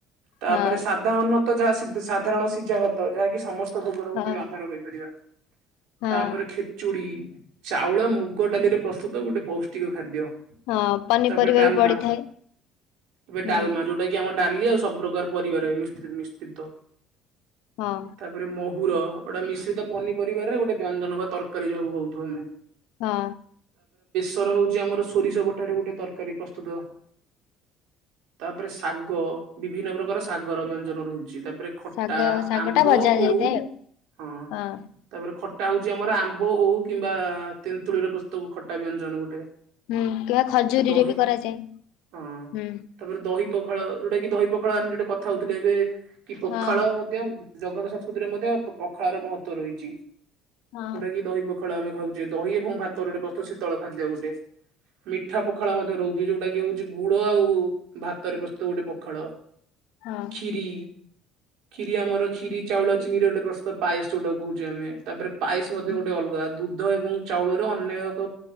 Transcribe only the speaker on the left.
ହଁ
ହଁ
ହଁ
ହଁ ପନିପରିବା
ବି ପଡିଥାଏ
ହୁଁ
ହଁ
ହଁ।
ଶାଗ ଶାଗଟା
ଭଜା
ଯାଇଥାଏ
ଆଉ ହଁ
ହୁଁ <unintelligible> ଖଜୁରୀରେ
ବି କରାଯାଏ।
ହୁଁ
ହଁ
ହଁ
ହଁ
ହଁ